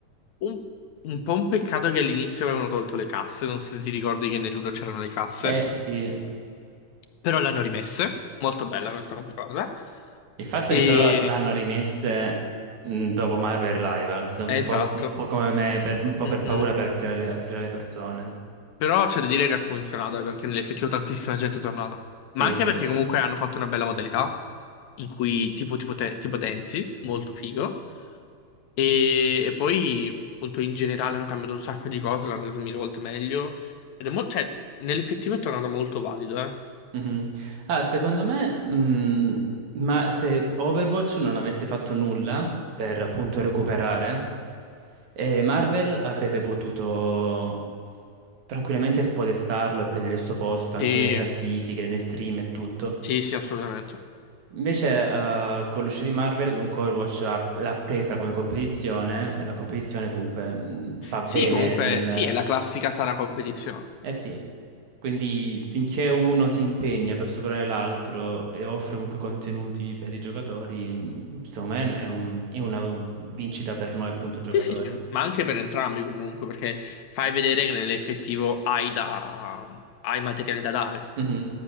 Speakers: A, on the left (about 75°); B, on the right (about 75°).
A: Un, un po' un peccato che all'inizio avevano tolto le casse, non so se ti ricordi che nell'uno c'erano le casse,
B: Eh sì,
A: però le hanno rimesse. Molto bella questa come cosa.
B: il fatto
A: E...
B: è che però l'hanno rimesse mh, dopo Marvel Rivals, un
A: Esatto.
B: po', un po' come me, per- un po'
A: Mhm.
B: per paura per attirare attirare persone.
A: Però c'è da dire che ha funzionato, eh, perché nell'effettivo tantissima gente è tornata.
B: Sì,
A: Ma anche
B: questo
A: perché
B: è vero.
A: comunque hanno fatto una bella modalità, in cui tipo ti, pote- ti potenzi, molto figo. E, e poi, appunto, in generale hanno cambiato un sacco di cose, l'hanno reso mille volte meglio. Ed è molto, cioè, nell'effettivo è tornato molto valido, eh.
B: Mhm. Ah, secondo me, mh, ma se Overwatch non avesse fatto nulla per appunto recuperare, eh, Marvel avrebbe potuto tranquillamente spodestarlo e prendere il suo posto anche
A: Sì,
B: nelle classifiche, nelle stream e tutto.
A: sì, sì, assolutamente.
B: Invece, eh, con l'uscita di Marvel, comunque Overwatch l'ha l'ha presa come competizione e la competizione comunque mh, fa bene
A: Sì, comunque,
B: nel,
A: sì, è la classica sana competizione.
B: eh sì, quindi finché uno si impegna per superare l'altro e offre comunque contenuti per i giocatori, mh, secondo me è un- è una vincita per noi, appunto, giocatori.
A: Sì, sì, ma anche per entrambi comunque, perché fai vedere che nell'effettivo hai da... hai materiale da dare.
B: Mhm.